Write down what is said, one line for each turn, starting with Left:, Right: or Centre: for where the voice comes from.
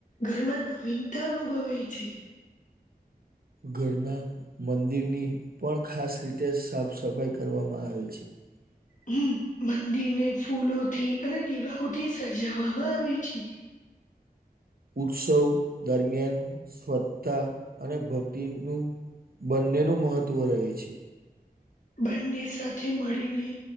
Left: ઘરમાં નવીનતા અનુભવાય છે.
Right: ઘરના મંદિરની પણ ખાસ રીતે સાફ સફાઈ કરવામાં આવે. <inaudible>
Left: હમ મંદિરને ફૂલોથી અને દીવાઓથી સજવામાં આવે છે.
Right: ઉત્સવ દરમિયાન સ્વછતા અને ભક્તિનું બંનેનું મહત્વ રહે છે.
Left: બંને સાથે મળીને